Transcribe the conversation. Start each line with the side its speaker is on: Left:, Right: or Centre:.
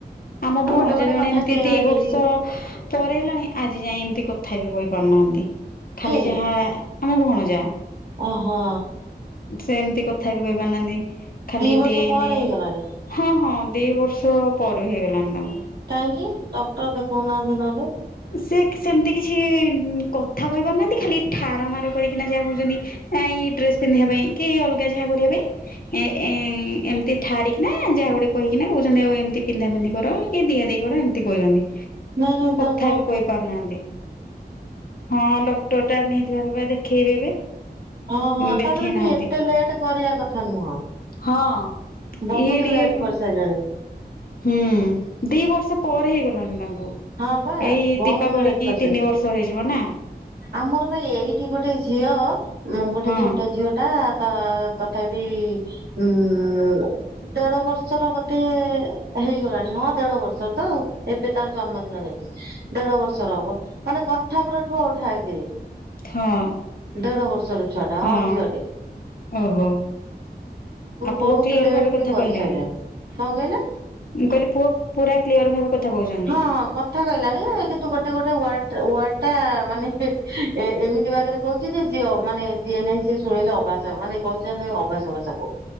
Left: ଆମ ଭଉଣଜା
Right: ଗୋଟେ ଗୋଟେ
Left: ଜଣେ
Right: କଥା
Left: ଏମିତି
Right: କ୍ଲିୟର
Left: ଦି ବର୍ଷ
Right: ହେଇନି।
Left: ପରେ ହେଲାଣି ଆଜି ଯାଇଏ ଏମିତି କ ଥା ବିି କହିପାରୁନାହାନ୍ତି। ଖାଲି
Right: କି
Left: ଯାହା ଆମ ଭଉଣଜା।
Right: ଓହୋ।
Left: ସେ ଏମିତି କଥା ବି କହି ପାରୁନାହାନ୍ତି ଖାଲି
Right: ଦି ବର୍ଷ
Left: ଦେ
Right: ପରେ
Left: ନେ
Right: ହେଇଗଲାଣି
Left: ହଁ ହଁ। ଦି ବର୍ଷ ପରେ ବି ହେଇଗଲାଣି ତାଙ୍କୁ
Right: କାହିଁକି ଡକ୍ଟର ଦେଖାଉନାହାନ୍ତି ନହଲେ?
Left: ସେ ସେମିତି କିଛି କଥା କହି ପାରୁନାହାନ୍ତି ଖାଲି ଠାର ମାର କରିକିନା ଯାହା କହୁଛନ୍ତି ନା ଏଇ ଡ୍ରେସ ପିନ୍ଧିବା ପାଇଁ କି ଅଲଗା ଯାହା କରିବା ପାଇଁ ଏ ଏମିତି ଠାରିକି ନା ‌ ଆ ଗୋଟେ କହିକିନା କହୁଛନ୍ତି ଆଉ ଏମିତି ପିନ୍ଧା ପିନ୍ଧି କର କି ଦିଆ ଦେଇ କର ଏମିତି କହୁଛନ୍ତି।
Right: ନାଇଁ ନାଇଁ
Left: ଥା
Right: ତା
Left: ବିି କହିପାରୁନାହାନ୍ତି ହଁ ଡକ୍ଟର ଟା ନିହାତି ଭାବେ ଦେଖେଇବେ ଏବେ
Right: ହଁ ହଁ
Left: ଦେଖେଇ
Right: ତାପରେ ବି
Left: ନାହାନ୍ତି।
Right: ଏତେ ଲେଟ କରିବା କଥା ନୁହଁ।
Left: ହଁ
Right: ବହୁତ
Left: ଇଏ ଟିକେ
Right: ଲେଟ୍ କରିସାରିଲାଣି।
Left: ହୁଁ ଦି ବର୍ଷ ପରେ ହେଇଗଲାଣି ତା ଙ୍କୁ
Right: ହଁ ବା
Left: ଏଇ
Right: ବହୁତ
Left: ଦୀପାବଳି
Right: ଲେଟ୍
Left: କି
Right: କରିସାରିଲେଣି
Left: ତିନି ବର୍ଷ ହେଇଯିବ ନା
Right: ଆମର ପାଇଁ ଏଇଠି ଗୋଟେ ଝିଅ ଗୋଟେ
Left: ହଁ
Right: ଛୋଟ ଝିଅ ଟା ତା ତଥାପି ଉଁ ମ୍ ମ୍ ଦେଢ ବର୍ଷର ବୋଧେ ହେଇଗଲାଣି ହଁ ଦେଢ ବର୍ଷର ତ ଆଉ ଏବେ ତାର ଜନ୍ମଦିନରେ ଦେଢ ବର୍ଷର ହବ ମାନେ କଥା ପୁରା ଠୋଓ ଠା କିରି
Left: ଠା ଆଁ
Right: ଦେଢ ବର୍ଷର ଛୁଆ ଟା
Left: ହଁ
Right: ଝିଅଟେ
Left: ଓହୋ। ଆଉ ପୁଅ
Right: ବହୁତ
Left: କ୍ଲିଅର
Right: ଲେଟ୍
Left: ଭାବେ କଥା
Right: ବି କରିସାରିଲାଣି।
Left: କହିଲାଣି?
Right: କଣ କହିଲେ
Left: ମୁଁ କହିଲି ପୁଅ ପୁରା କ୍ଲିଅର ଭାବେ କଥା କହୁଛନ୍ତି।
Right: ହଁ ହଁ କଥା କହିଲାଣି କିନ୍ତୁ ଗୋଟେ ୱାର୍ଡ ୱା ୱାଡ ଟା ମାନେ ଏ ଏମିତି ବାଗରେ କହୁଛି ଯେ ଝିଅ ମାନେ ଯିଏ ନହିଁ ସେ ଶୁଣିଲେ ଅଭାସ ମାନେ କହୁ ଜନେ ଅଭାସା ଭାଷା କହୁ।